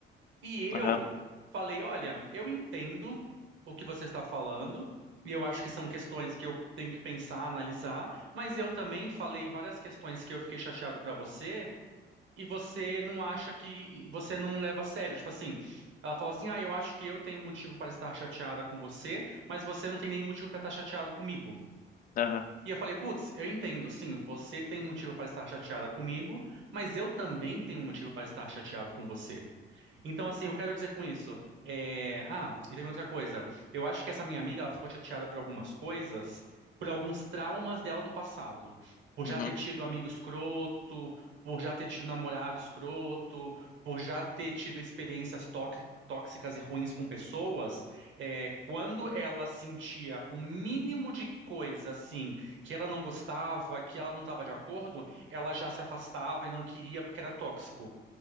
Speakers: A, on the right (about 70°); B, on the left (about 45°).
A: E eu
B: aham,
A: falei, olha, eu entendo o que você está falando, e eu acho que são questões que eu tenho que pensar, analisar, mas eu também falei várias questões que eu fiquei chateado para você, e você não acha que você não leva a sério, tipo assim, ela falou assim: "Ah, eu acho que eu tenho um motivo para estar chateada com você, mas você não tem nenhum motivo para estar chateado comigo".
B: aham,
A: E eu falei, putz, eu entendo, sim, você tem motivo para estar chateada comigo, mas eu também tenho um motivo para estar chateado com você. Então, assim, eu quero dizer com isso. é, Ah, e também outra coisa. Eu acho que essa minha amiga, ela ficou chateada por algumas coisas, por alguns traumas dela do passado. Por já
B: uhum.
A: ter tido amigo escroto, por já ter tido namorado escroto, por já ter tido experiências tóxi- tóxicas e ruins com pessoas. é, Quando ela sentia o mínimo de coisa, assim, que ela não gostava, que ela não estava de acordo, ela já se afastava e não queria porque era tóxico.